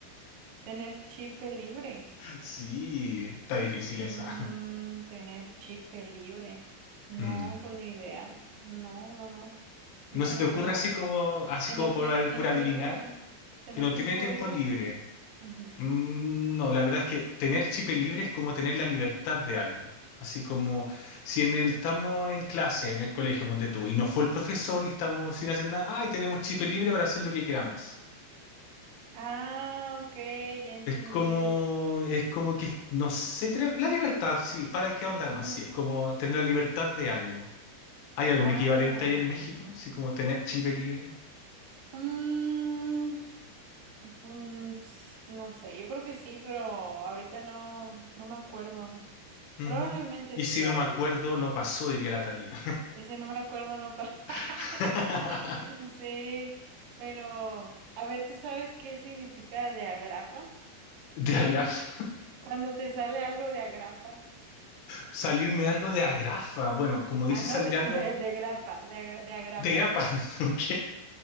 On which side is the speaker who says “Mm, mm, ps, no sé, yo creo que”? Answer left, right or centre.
Right